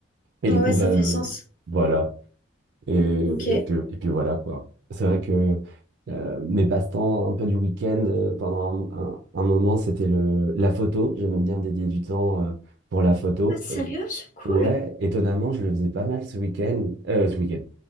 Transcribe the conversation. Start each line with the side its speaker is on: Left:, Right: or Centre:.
Right: Et
Left: Ouais,
Right: du
Left: ouais,
Right: coup, bah,
Left: ça fait
Right: je-
Left: sens.
Right: voilà. Et,
Left: Ok. Ah,
Right: et puis, et puis voilà, quoi. C'est vrai que euh, mes passe-temps un peu du week-end, euh, pendant un, un- un moment, c'était le, la photo. J'aimais bien dédier du temps euh, pour la photo.
Left: sérieux?
Right: Euh,
Left: C'est cool.
Right: ouais, étonnamment, je le faisais pas mal ce week-end. Euh, ce week-end.